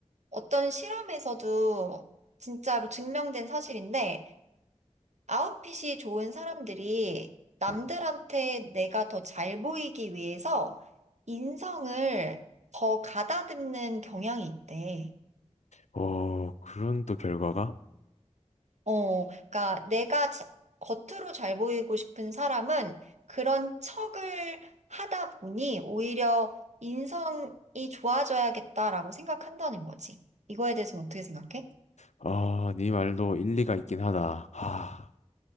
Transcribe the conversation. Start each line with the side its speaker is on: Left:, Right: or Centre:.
Right: 어떤 실험에서도 진짜로 증명된 사실인데, 아웃핏이 좋은 사람들이 남들한테
Left: 음.
Right: 내가 더 잘 보이기 위해서 인성을 더 가다듬는 경향이 있대.
Left: 어, 그런 또 결과가?
Right: 어, 그러니까 내가 자- 겉으로 잘 보이고 싶은 사람은 그런 척을 하다 보니 오히려 인성이 좋아져야겠다라고 생각한다는 거지. 이거에 대해서는 어떻게 생각해?
Left: 아, 네 말도 일리가 있긴 하다. 아,